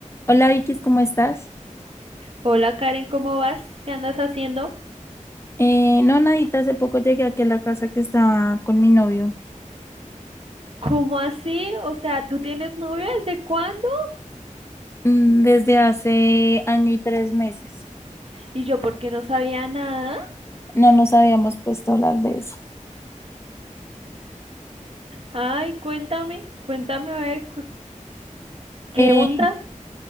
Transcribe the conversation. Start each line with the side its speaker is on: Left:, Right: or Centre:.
Left: Hola Vicky, ¿cómo estás?
Right: Hola Karen, ¿cómo vas? ¿Qué andas haciendo?
Left: Eh, no, nadita, hace poco llegué aquí a la casa que estaba con mi novio,
Right: ¿Cómo así? O sea, ¿tú tienes novio desde cuándo?
Left: mm, desde hace año y tres meses.
Right: Y yo, ¿por qué no sabía nada?
Left: No nos habíamos puesto a hablar de eso.
Right: Ay, cuéntame, cuéntame a ver cu-
Left: Eh,
Right: qué onda.